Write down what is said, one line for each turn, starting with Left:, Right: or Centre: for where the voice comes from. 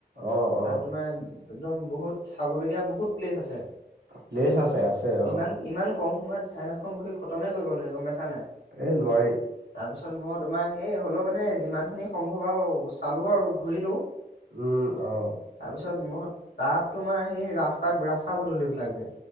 Right: অ',
Left: তাত
Right: অ',
Left: তোমাৰ একদম বহুত চাবলগীয়া বহুত প্লেচ আছে।
Right: প্লেচ আছে আছে অ।
Left: ইমান ইমান কম সময়ত চাইনাখন গোটেই খতমেই কৰিব নোৱাৰি গম পাইছা নাই
Right: এই নোৱাৰি
Left: তাৰপিছত তোমাৰ সেই হ'লেও মানে যিমান খিনি সম্ভৱ আৰু চালো আৰু ঘূৰিলো।
Right: উম অ।
Left: তাৰপিছত মই তাত তোমাৰ সেই ৰাস্তা ৰাস্তা পদূলিবিলাক যে